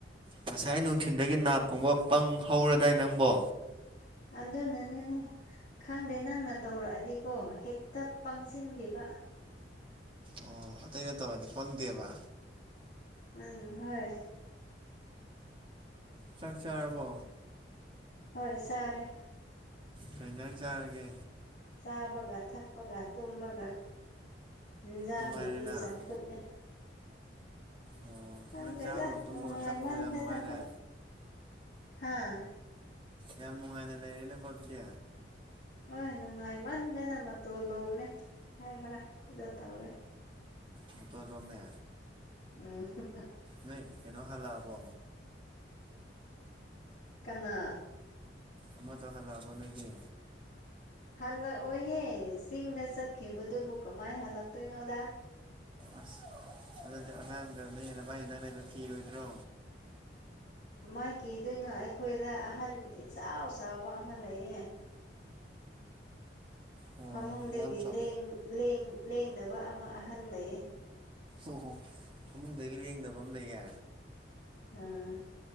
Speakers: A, on the right (about 30°); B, on the left (about 45°).
A: ꯉꯁꯥꯏ ꯅꯨꯡꯊꯤꯟꯗꯒꯤ ꯅꯥ ꯄꯪꯕ ꯄꯪꯍꯧꯔꯗꯥꯏ ꯅꯪꯕꯣ
B: ꯑꯗꯨꯅꯅꯦꯅꯦ ꯈꯪꯗꯦ ꯅꯪꯅ ꯇꯧꯔꯛꯑꯗꯤꯀꯣ ꯍꯦꯛꯇ ꯄꯪꯁꯤꯟꯈꯤꯕ
A: ꯑꯣ ꯑꯇꯩꯩꯅ ꯇꯧꯔꯗꯤ ꯄꯪꯗꯦꯕ
B: ꯎꯝ ꯍꯣꯏ
A: ꯆꯥꯛ ꯆꯥꯔꯕꯣ
B: ꯍꯣꯏ ꯆꯥꯔꯦ
A: ꯀꯩ ꯏꯟꯖꯥꯡ ꯆꯥꯔꯒꯦ
B: ꯆꯥꯕꯒ ꯊꯛꯄꯒ ꯇꯨꯝꯕꯒ ꯑꯦꯟꯖꯥꯡꯒꯤꯗꯤ
A: ꯅꯨꯡꯉꯥꯏꯔꯦꯅ
B: ꯆꯝꯐꯨꯠꯅꯦ
A: ꯑꯣ
B: ꯈꯪꯗꯦꯗꯥ
A: ꯅꯪ ꯆꯥꯕꯒ ꯇꯨꯝꯕꯒ
B: ꯅꯨꯡꯉꯥꯏꯃꯟꯗꯅꯀꯣ
A: ꯊꯛꯄꯒ ꯌꯥꯝ ꯅꯨꯡꯉꯥꯏꯔꯦ
B: ꯍꯥꯥ
A: ꯌꯥꯝ ꯅꯨꯡꯉꯥꯏꯅ ꯂꯩꯔꯦꯅꯦꯀꯣ ꯑꯗꯨꯗꯤ
B: ꯍꯣꯏ ꯅꯨꯡꯉꯥꯏ ꯃꯃꯟꯗꯅ ꯃꯇꯣꯟ ꯂꯣꯝꯃꯦ ꯍꯥꯏꯕ꯭ꯔꯥ ꯑꯗꯣ ꯇꯧꯔꯦ
A: ꯃꯇꯣꯟ ꯂꯣꯃꯦ
B: <unintelligible>
A: ꯅꯣꯏ ꯀꯩꯅꯣ ꯍꯥꯜꯂꯕꯣ
B: ꯀꯅꯥ
A: ꯑꯃꯗꯣ ꯍꯜꯂꯛꯑꯕ ꯅꯣꯏꯒꯤ
B: ꯍꯜꯂꯛꯑꯣꯍꯦ ꯆꯤꯡꯗ ꯆꯠꯈꯤꯕꯗꯨꯕꯨ ꯀꯃꯥꯏ ꯍꯜꯂꯛꯇꯣꯏꯅꯣꯗ
A: ꯑꯁ ꯑꯗꯨꯗꯤ ꯑꯉꯥꯡꯗꯒ ꯅꯣꯏ ꯅꯕꯥꯏꯅꯤꯗꯪ ꯂꯩꯕ ꯀꯤꯔꯣꯏꯗ꯭ꯔꯣ
B: ꯀꯃꯥꯏ ꯀꯤꯗꯣꯏꯅꯣ ꯑꯩꯈꯣꯏꯗ ꯑꯍꯟ ꯏꯆꯥꯎ ꯆꯥꯎꯕ ꯑꯃ ꯂꯩꯌꯦ
A: ꯑꯣ
B: ꯐꯃꯨꯡꯗꯒꯤ
A: ꯌꯥꯝ ꯆꯥꯎ
B: ꯂꯦꯡ ꯂꯦꯡ ꯂꯦꯡꯗꯕ ꯑꯃ ꯑꯍꯟ ꯂꯩꯌꯦ
A: ꯑꯣ ꯐꯃꯨꯡꯗꯒꯤ ꯂꯦꯡꯗꯕ ꯑꯝ ꯂꯩꯌꯦ
B: ꯑꯥ